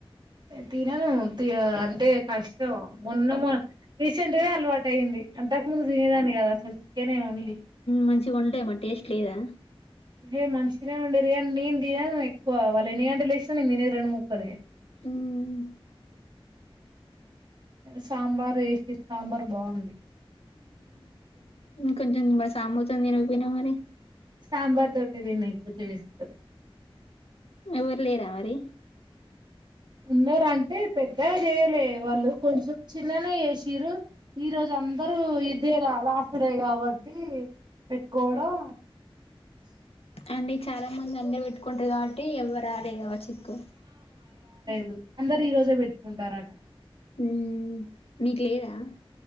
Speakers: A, on the right; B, on the left.
A: తినను తి అంటే కష్టం. మొన్న మోన్ రీసెంట్గా అలవాటు అయ్యింది. అంతకు ముందు తినేదాన్ని కద్ అసలు చికెనే ఓన్లీ.
B: మంచిగా ఉంటాయి. మా టేస్ట్ లేదా
A: ఏ మంచిగానే వండిరు గానీ నేను తినను ఎక్కువ. వాళ్ళు ఎన్నీ గంటేలేసినా నేను తినేది రెండు ముక్కలే.
B: మ్మ్
A: సాంబార్ వేసిరి సాంబార్ బాగుంది
B: కొంచెం సామూస్ందిరుపోయిన మరి
A: సాంబార్ తోటి తిన్ని ఇకువ చేసుకొని
B: ఎఊర్లే రా మరి
A: ఉన్నారుార అంటే పెద్ద చేయలే వాళ్ళు కొంచెం చిన్ననే చేసిరు ఈరోజు అందరూ ఇదేరా లాస్ట్ డే కాబట్టి పెట్టుకోవడం
B: అండి చాలా మంది అండే పెట్టుకుంటారు కాబట్టి ఎవరు ఆడే కావచ్చు ఎక్కువ
A: దు అందరుూ ఈ రోజే పెట్టుకుంటారట
B: హ మీకు లేదా